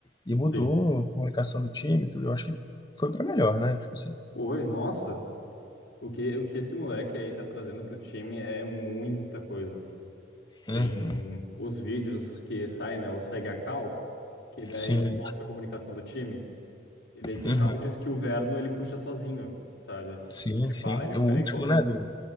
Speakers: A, on the left; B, on the left.
A: e mudou
B: Sim.
A: a comunicação do time, tudo. Eu acho que foi para melhor, né? Tipo assim.
B: Oi, nossa. O que, o que esse moleque aí tá trazendo pro time é muita coisa.
A: Uhum.
B: Tem os vídeos que saem, né? O Segue a Cal, que daí
A: Sim,
B: eles mostram a comunicação do time. E daí tem
A: uhum.
B: rounds que o Verno ele puxa sozinho, sabe?
A: Sim,
B: Ele
A: sim.
B: fala, ele
A: É
B: pega
A: O último,
B: como
A: né, do